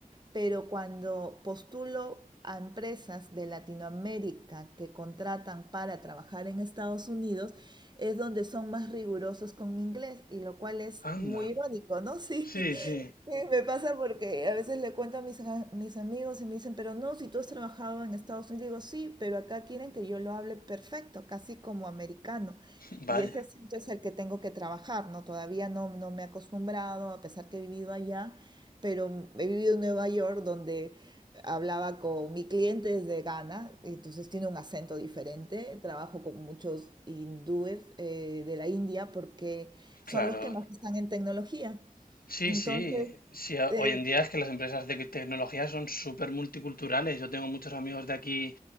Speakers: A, on the right (about 30°); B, on the left (about 80°).
A: Pero cuando postulo a empresas de Latinoamérica que contratan para trabajar en Estados Unidos, es donde son más rigurosos con mi inglés, y lo cual es
B: Anda.
A: muy irónico, ¿no? <laughs> Sí,
B: Sí, sí.
A: Sí, me pasa porque a veces le cuento a mis, a mis amigos y me dicen, pero no, si tú has trabajado en Estados Unidos, digo, sí, pero acá quieren que yo lo hable perfecto, casi como americano.
B: <laughs> Vaya,
A: Y ese acento es el que tengo que trabajar, ¿no? Todavía no, no me he acostumbrado, a pesar que he vivido allá, pero he vivido en Nueva York donde hablaba con mi cliente desde Ghana, y entonces tiene un acento diferente. Trabajo con muchos hindúes eh, de la India porque
B: claro.
A: son los que más están en tecnología.
B: Sí,
A: Entonces,
B: sí, sí, a-
A: eh,
B: hoy en día es que las empresas de tecnología son súper multiculturales. Yo tengo muchos amigos de aquí